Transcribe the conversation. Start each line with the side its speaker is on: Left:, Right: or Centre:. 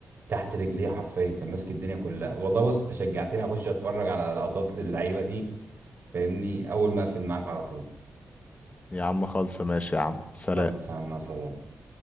Right: تحت رجليه حرفيا كان ماسك الدنيا كلها والله بص أنت شجعتني أخش أتفرج على لقطات للعيبة دي فاهمني أول ما أقفل معاك على طول
Left: يا عم خالصة ماشي يا عم سلام
Right: خلاص يا عم سلام